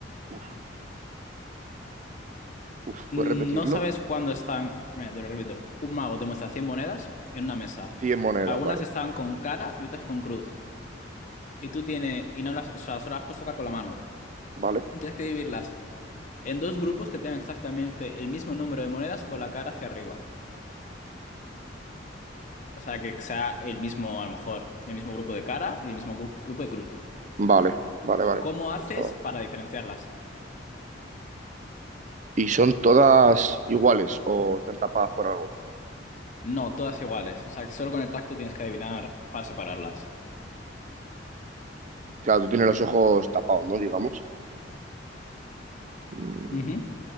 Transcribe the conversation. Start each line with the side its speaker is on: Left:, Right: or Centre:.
Right: Uf, uf,
Left: Mm,
Right: ¿puedes repetirlo?
Left: No sabes cuándo están. Mira, te lo repito. Un mago te muestra 100 monedas en una mesa.
Right: 100 monedas,
Left: Algunas
Right: vale.
Left: están con cara y otras con cruz. y tú tienes, y no las, o sea, solo las puedes tocar con la mano.
Right: Vale.
Left: Tienes que dividirlas en dos grupos que tengan exactamente el mismo número de monedas con la cara hacia arriba. O sea, que sea el mismo, a lo mejor, el mismo grupo de cara y el mismo gru- grupo de cruz.
Right: Vale, vale, vale.
Left: ¿Cómo haces
Right: Ya estaba.
Left: para diferenciarlas?
Right: ¿Y son todas iguales o están tapadas por algo?
Left: No, todas iguales. O sea, que solo con el tacto tienes que adivinar para separarlas.
Right: Claro, tú tienes los ojos tapados, ¿no? Digamos. Mm,
Left: Ujú,